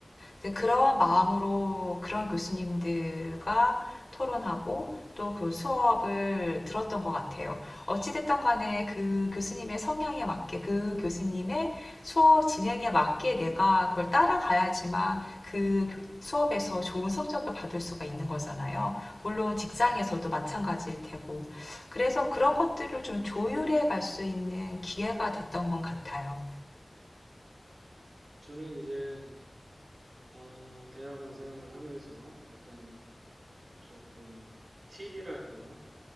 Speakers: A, on the left; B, on the right.
A: 이제 그런 마음으로 그런 교수님들과 토론하고 또 그 수업을 들었던 것 같아요. 어찌됐든 간에 그 교수님의 성향에 맞게, 그 교수님의 수업 진행에 맞게 내가 그걸 따라가야지만 그 수업에서 좋은 성적을 받을 수가 있는 거잖아요. 물론 직장에서도 마찬가지일 테고. 그래서 그런 것들을 좀 조율해 갈 수 있는 기회가 됐던 것 같아요.
B: 저는 이제 어, 대학원 생활을 하면서 약간 조금 팁이랄까요?